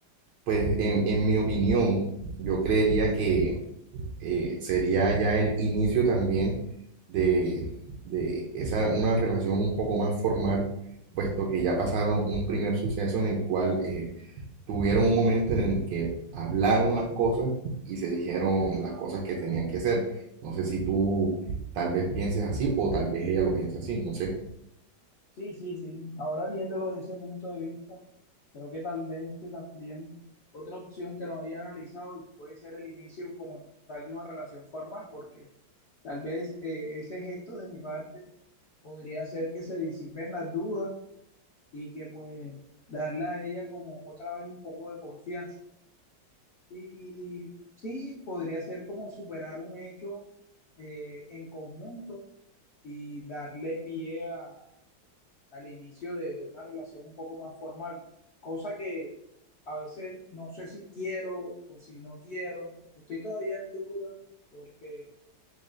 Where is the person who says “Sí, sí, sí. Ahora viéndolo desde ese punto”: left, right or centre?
Left